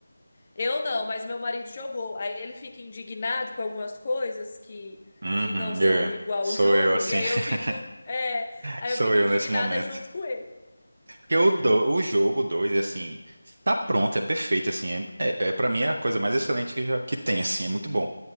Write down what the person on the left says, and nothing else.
Eu não, mas meu marido jogou. Aí ele fica indignado com algumas coisas que
que não são
igual
o jogo,
e aí
eu fico, é, aí
eu fico
indignada
junto com ele.